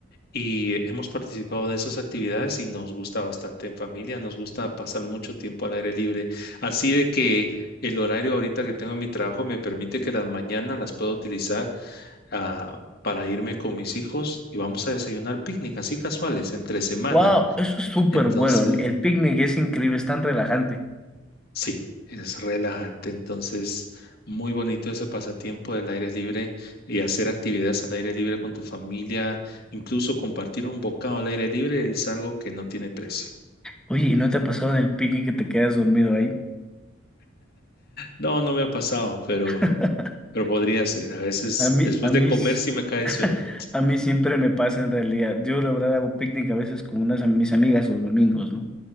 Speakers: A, on the left (about 50°); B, in the centre.
A: y hemos participado de esas actividades y nos gusta bastante en familia, nos gusta pasar mucho tiempo al aire libre. Así de que el horario ahorita que tengo en mi trabajo me permite que las mañanas las puedo utilizar ah, para irme con mis hijos y vamos a desayunar picnic, así casuales, entre semana.
B: Wow, eso es súper
A: Entonces,
B: bueno, el picnic es increíble, es tan relajante.
A: sí, es relajante. Entonces, muy bonito ese pasatiempo del aire libre y hacer actividades al aire libre con tu familia, incluso compartir un bocado al aire libre es algo que no tiene precio.
B: Oye, ¿y no te ha pasado en el picnic que te quedas dormido ahí?
A: No, no me ha pasado, pero,
B: <laughs>
A: pero podría ser. A veces
B: A mí,
A: después
B: a mí,
A: de comer
B: s-
A: sí me cae el
B: <laughs>
A: sueño.
B: a mí siempre me pasa en realidad. Yo la verdad hago picnic a veces con unas am- mis amigas los domingos, ¿no?